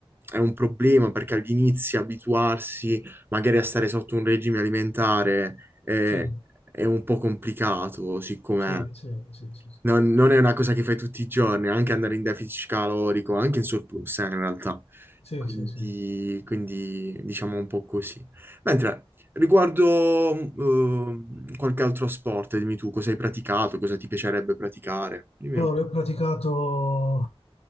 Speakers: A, on the right (about 20°); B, on the left (about 85°).
A: è un problema perché agli inizi abituarsi magari a stare sotto un regime alimentare è,
B: Sì,
A: è un po' complicato, siccome
B: sì, sì, sì, sì, sì.
A: non, non è una cosa che fai tutti i giorni, anche andare in deficit calorico, anche in surplus, eh, in realtà.
B: Sì,
A: Quindi,
B: sì, sì.
A: quindi, diciamo un po' così. Mentre riguardo eh, qualche altro sport, dimmi tu cosa hai praticato, cosa ti piacerebbe praticare. Dimmi
B: Allora,
A: un
B: ho praticato, ho